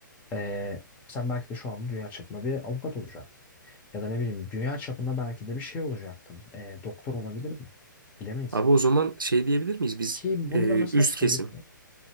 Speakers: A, on the left; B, on the right.
A: ee, sen belki de şu an dünya çapında bir avukat olacaktın. Ya da ne bileyim dünya çapında belki de bir şey olacaktım. E, doktor olabilirdim. Bilemeyiz.
B: Abi o zaman şey diyebilir miyiz biz
A: Ki bunu
B: e,
A: da mesela
B: üst
A: çocuklu
B: kesim.